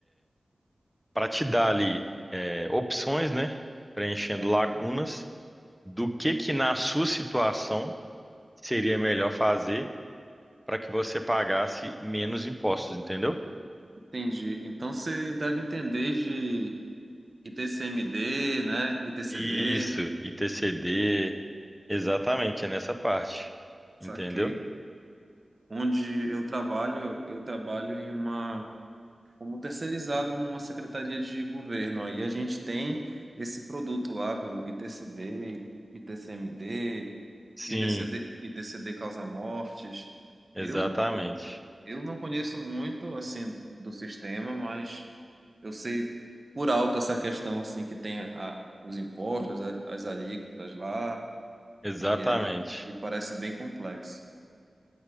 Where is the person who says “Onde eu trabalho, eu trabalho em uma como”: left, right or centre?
Right